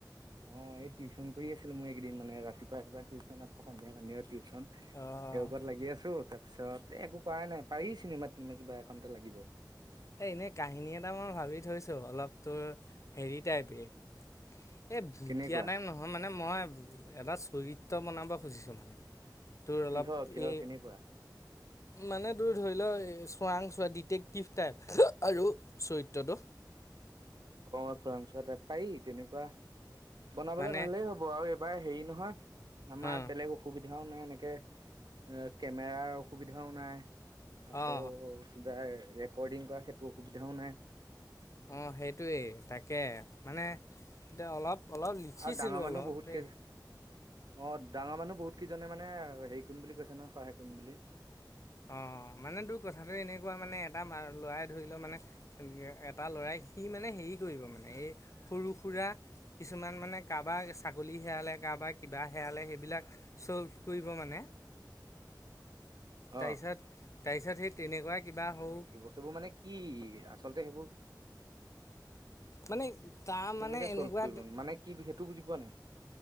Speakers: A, on the right (about 65°); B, on the left (about 40°).
A: অ', এই টিউচন কৰি আছিল মইকেইদিন মানে, ৰাতিপুৱা, ৰাতিপুৱা টিউচন আকৌ, সন্ধিয়া সন্ধিয়া টিউচন। সেইসোপাত
B: অ',
A: লাগি আছো, তাৰপিছত এই একো কৰাই নাই, পাৰি চিনেমা-তিনেমা কিবা এখনতে লাগিব।
B: সেই এনেই কাহিনী এটা মই ভাবি থৈছোঁ অলপ তোৰ হেৰি টাইপেই। এই ভুটীয়া
A: কেনেকুৱা
B: টাইম নহয় মানে, মই এটা চৰিত্ৰ বনাব খুজিছোঁ মানে। তোৰ অলপ
A: কিহৰ কিহৰ
B: এ
A: কেনেকুৱা
B: মানে তোৰ ধৰি ল, চোৰাংচোৰা ডিটেক্টিভ টাইপ আৰু চৰিত্ৰটো।
A: অ' চোৰাংচোৱা টাইপ পাৰি তেনেকুৱা বনাবলে
B: মানে
A: ভালেই হ'ব। <unintelligible> এইবাৰ হেৰি নহয় আমাৰ
B: অ
A: বেলেগ অসুবিধাও নাই এনেকে। এ কেমেৰাৰ অসুবিধাও নাই। আকৌ
B: অ
A: কিবা ৰেকৰ্ডিং কৰা সেইটো অসুবিধাও নাই।
B: অ' সেইটোৱেই তাকে মানে এতিয়া অলপ-অলপ লিখিছিলোঁ
A: আৰু ডাঙৰ মানুহ
B: অলপ।
A: বহুত কেই
B: এই
A: অ' ডাঙৰ মানুহ বহুত কেইজনে মানে হেৰি কৰিম বুলি কৈছে ন, সহায় কৰিম বুলি।
B: অ' মানে তোৰ কথাটো এনেকুৱা মানে এটা ল'ৰাই ধৰি লও মানে এটা ল'ৰাই সি মানে হেৰি কৰিব মানে এই সৰু-সুৰা কিছুমান মানে কা'বাৰ ছাগলী হেৰালে কা'বাৰ কিবা হেৰালে সেইবিলাক ছ'ল্ভ কৰিব মানে। তাৰপিছত
A: অ
B: তাৰপিছত সি তেনেকুৱাই কিবা সৰু
A: এইবোৰ মানে কি আচলতে সেইবোৰ
B: মানে তাৰ
A: কেনেকে
B: মানে এনেকুৱা
A: ছল্ভ কৰিব মানে কি সেইটো বুজি পোৱা নাই।